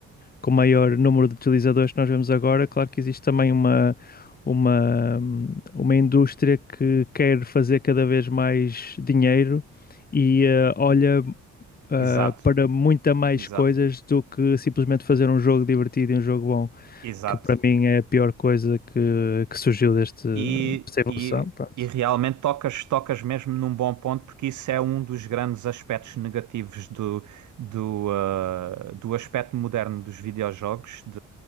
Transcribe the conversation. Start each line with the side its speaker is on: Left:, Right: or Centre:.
Left: com o maior número de utilizadores que nós vemos agora, claro que existe também uma, uma, hum, uma indústria que quer fazer cada vez mais dinheiro e eh, olha, ah,
Right: Exato,
Left: para muita mais
Right: exato,
Left: coisas do que simplesmente fazer um jogo divertido e um jogo bom,
Right: exato.
Left: que para mim é a pior coisa que, que surgiu deste,
Right: e,
Left: desta evolução.
Right: e,
Left: Pronto.
Right: e realmente tocas, tocas mesmo num bom ponto, porque isso é um dos grandes aspectos negativos do, do, ah, do aspecto moderno dos videojogos, de,